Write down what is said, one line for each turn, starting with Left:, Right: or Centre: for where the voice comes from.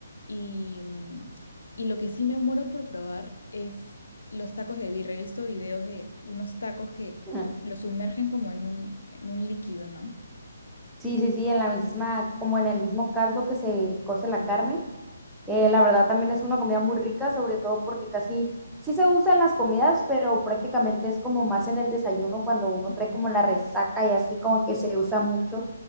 Left: Y, mm, y lo que sí me muero por probar es los tacos de birria. He visto videos de unos tacos que
Centre: Ujú.
Left: los sumergen como en un, en un líquido, ¿no?
Centre: Sí, sí, sí, en la misma, como en el mismo caldo que se cose la
Left: Sí.
Centre: carne, Eh, la verdad también es una comida muy rica, sobre todo porque casi sí se usa en las comidas, pero prácticamente es como más en el desayuno cuando uno
Left: Ujú.
Centre: trae como la resaca y así como que se usa mucho